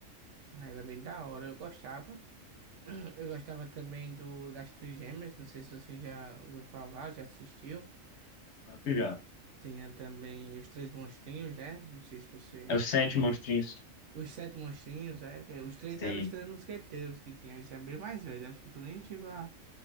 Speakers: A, on the right; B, on the left.
A: Era bem da hora, eu gostava. <clears throat> Eu gostava também do das Trigêmeas, não sei se você já ouviu falar, já assistiu.
B: Já.
A: Tinha também os Três Monstrinhos, né? Não sei se você.
B: É os sete monstrinhos.
A: Os Sete Monstrinhos, é, porque os três
B: Sei.
A: eram os Três Mosqueteiros que tinham, isso é bem mais velho, acho que tu nem chegou a,